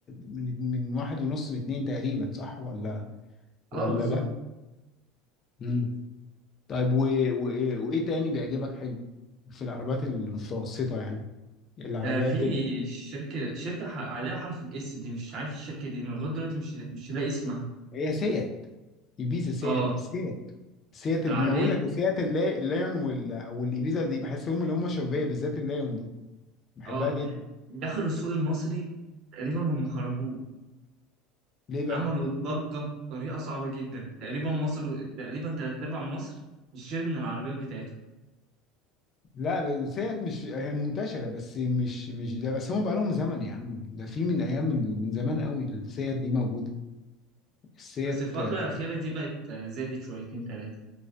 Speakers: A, on the left; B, on the right.
A: من من واحد ونص لاتنين تقريبا صح ولا
B: اه
A: ولا
B: بالظبط
A: لا مم. طيب و... و... وايه تاني بيعجبك حلو في العربيات المتوسطه يعني العربيات
B: آه في
A: ال...
B: شركه شركه ح- عليها حرف الاس دي مش عارف الشركه دي انا لغايه دلوقتي مش مش لاقي اسمها
A: هي سيات ايبيزا سيات
B: اه
A: سيات سيات ما
B: العربيه
A: انا اقول لك سيات اللاي- اللايون وال... والايبيزا دي بحس هم اللي هم شبابيه بالذات اللايون دي بحبها
B: اه
A: جدا
B: دخلوا السوق المصري تقريبا هم خربوه
A: ليه بقى
B: عملوا ضجة بطريقة صعبة جدا تقريبا مصر تقريبا تلات أرباع مصر بتشتري من العربيات بتاعتهم
A: لا بس هيت مش هي منتشره بس مش مش ده بس هم بقى لهم زمن يا عم ده في من ايام من من زمان قوي السيات دي موجوده السيات
B: بس الفترة
A: آه،
B: الأخيرة دي بقت آه، زادت شويتين تلاتة